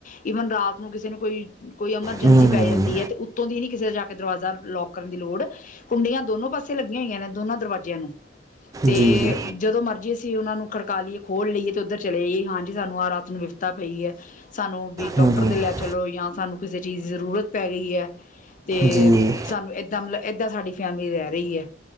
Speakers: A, on the left; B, on the right.
A: ਈਵਨ ਰਾਤ ਨੂੰ ਕਿਸੇ ਨੇ ਕੋਈ- ਕੋਈ ਐਮਰਜੈਂਸੀ
B: ਹੂੰ
A: ਪੈ ਜਾਂਦੀ ਹੈ ਤੇ ਉੱਤੋਂ ਦੀ ਹੀ ਨਹੀਂ ਕਿਸੇ ਜਾ ਕੇ ਦਰਵਾਜ਼ਾ ਲੋੌਕ ਕਰਨ ਦੀ ਲੋੜ, ਕੁੰਡੀਆਂ ਦੋਨੋ ਪਾਸੇ ਲੱਗੀਆਂ ਹੋਈਆਂ ਨੇ, ਦੋਨਾਂ ਦਰਵਾਜ਼ਿਆਂ ਨੂੰ ਤੇ
B: ਜੀ ਜੀ
A: ਜਦੋਂ ਮਰਜੀ ਅਸੀ ਉਹਨਾਂ ਨੂੰ ਖੜਕਾ ਲਈਏ, ਖੋਲ੍ਹ ਲਈਏ ਅਤੇ ਉੱਧਰ ਚਲੇ ਜਾਈਏ, ਹਾਂਜੀ, ਸਾਨੂੰ ਆਹ ਰਾਤ ਨੂੰ ਵਿਫਤਾ ਪਈ ਹੈ ਸਾਨੂੰ ਵੀ
B: ਹੂੰ
A: ਡਾਕਟਰ
B: ਹੂੰ
A: ਦੇ ਲੈ ਚਲੋਜਾਂ ਸਾਨੂੰ ਕਿਸੇ ਚੀਜ਼ ਦੀ ਜ਼ਰੂਰਤ ਪੈ ਗਈ ਹੈ ਅਤੇ
B: ਜੀ
A: ਸਾਨੂੰ ਇੱਦਾਂ ਮਤਲਬ ਇੱਦਾਂ ਸਾਡੀ ਫੈਮਿਲੀ ਰਹਿ ਰਹੀ ਹੈ,